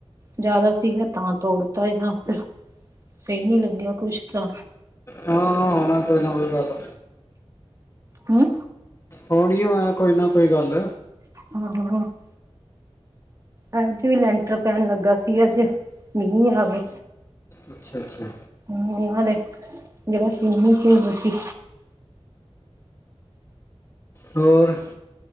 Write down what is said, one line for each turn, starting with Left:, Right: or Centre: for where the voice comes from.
Right: ਜ਼ਿਆਦਾ ਸੀਗਾ ਤਾਂ ਤੋੜਤਾ ਜਾਂ ਫਿਰ ਸਹੀ ਨਹੀਂ ਲੱਗਿਆ ਕੁਛ ਤਾਂ
Left: ਹਾਂ ਆ ਨਾ ਕੋਈ ਨਾ ਕੋਈ ਗੱਲ
Right: ਹੂੰ,
Left: ਹੋਨੀ ਹੋ ਕੋਈ ਨਾ ਕੋਈ ਗੱਲ
Right: <unintelligible> ਅਜ ਵੀ ਲੈਂਟਰ ਪੈਣ ਲੱਗਾ ਸੀ, ਅੱਜ ਮੀਂਹ ਆ ਗਿਆ।
Left: ਅੱਛਾ-ਅੱਛਾ,
Right: ਹੂੰ ਉਹਨਾਂ ਦੇ ਜਿਹੜਾ ਸੀਂਮਟ ਹੈਗਾ ਸੀ।
Left: ਹੋਰ